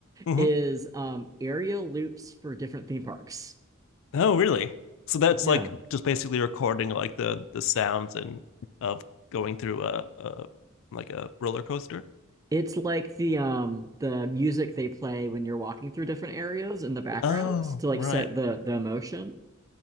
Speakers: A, on the left (about 65°); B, on the right (about 15°).
A: hmm
B: is um, area loops for different theme parks.
A: Oh, really? So that's
B: Yeah.
A: like just basically recording like the the sounds and of going through a, a like a roller coaster.
B: It's like the um the music they play when you're walking through different areas in the backgrounds
A: Oh,
B: to like
A: right.
B: set the the emotion.